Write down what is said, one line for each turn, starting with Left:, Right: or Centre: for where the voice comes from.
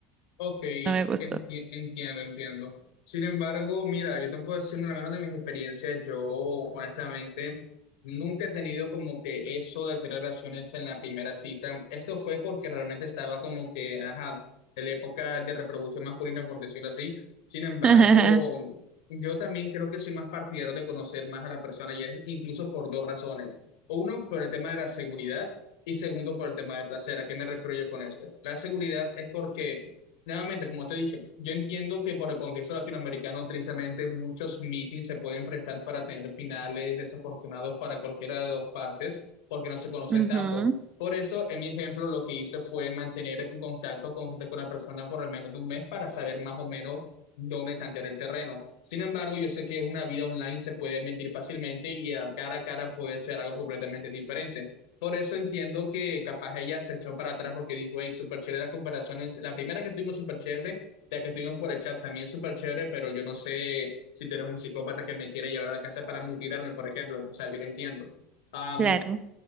Left: Ok,
Right: No me gustó.
Left: enti- entiendo, entiendo. Sin embargo, mira, yo te puedo decir, no, al menos de mis experiencias, yo honestamente nunca he tenido como que eso de tener relaciones en la primera cita. Esto fue porque realmente estaba como que, ajá, en la época de reproducción masculina, por decirlo así. Sin embargo,
Right: <laughs>
Left: yo también creo que soy más partidario de conocer más a las personas y es incluso por dos razones. Uno, por el tema de la seguridad y segundo, por el tema de placer. ¿A qué me refiero yo con esto? La seguridad es porque... Nuevamente, como te dije, yo entiendo que por el contexto latinoamericano, tristemente, muchos meetings se pueden prestar para tener finales desafortunados para cualquiera de dos partes, porque no se conocen
Right: Ujú.
Left: tanto. Por eso, en mi ejemplo, lo que hice fue mantener un contacto constante con la persona por al menos de un mes para saber más o menos dónde tantear el terreno. Sin embargo, yo sé que una vida online se puede mentir fácilmente y a cara a cara puede ser algo completamente diferente. Por eso entiendo que capaz ella se echó para atrás porque dijo, hey, súper chévere las comparaciones. La primera que tuvimos súper chévere, la que tuvimos por el chat también súper chévere, pero yo no sé si tú eres un psicópata que me quiere llevar a la casa para mutilarme, por ejemplo. O sea, yo lo entiendo. Am,
Right: Claro.